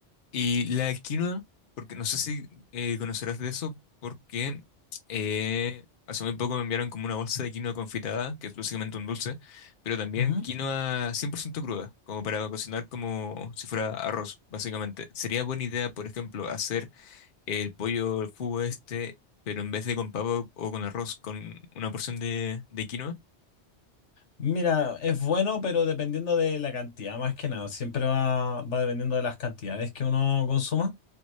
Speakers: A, on the left; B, on the left.
A: Y la quinoa, porque no sé si eh, conocerás de eso, porque eh, hace muy poco me enviaron como una bolsa de quinoa confitada, que es básicamente un dulce, pero también
B: Ujú.
A: quinoa 100% cruda, como para cocinar como si fuera arroz, básicamente. Sería buena idea, por ejemplo, hacer el pollo, el jugo este, pero en vez de con pavo o con arroz, con una porción de, de quinoa,
B: Mira, es bueno, pero dependiendo de la cantidad, más que nada, siempre va, va dependiendo de las cantidades que uno consuma.